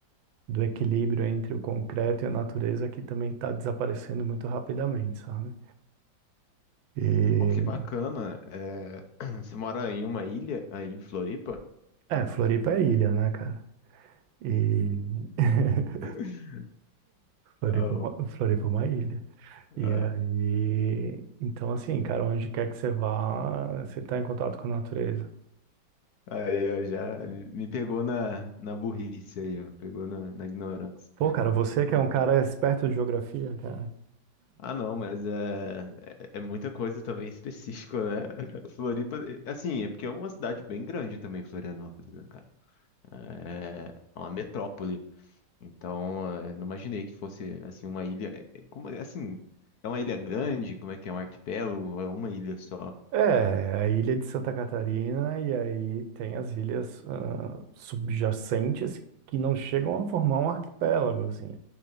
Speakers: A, on the right; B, on the left.
A: do equilíbrio entre o concreto e a natureza, que também está desaparecendo muito rapidamente, sabe? E,
B: Pô, que bacana. É, <clears throat> Você mora em uma ilha aí em Floripa?
A: é, Floripa é ilha, né, cara? E <laughs>
B: <laughs>
A: Floripa,
B: Tá bom.
A: é uma- Floripa é uma ilha. E
B: Ah,
A: aí, então, assim, cara, onde quer que você vá, você está em contato com a natureza.
B: Aí eu já me me pegou na, na burrice aí, ó. Pegou na, na ignorância.
A: Pô, cara, você que é um cara esperto de geografia, cara.
B: Ah, não, mas é, é, é muita coisa também específica, né? <laughs> Floripa, é, assim, é porque é uma cidade bem grande também, Florianópolis, né, cara? É é uma metrópole. Então, é, não imaginei que fosse, assim, uma ilha. é- é como- é, assim, é uma ilha grande? Como é que é? Um arquipélago? É uma ilha só?
A: É, a ilha de Santa Catarina e aí tem as ilhas ah, subjacentes que não chegam a formar um arquipélago, assim.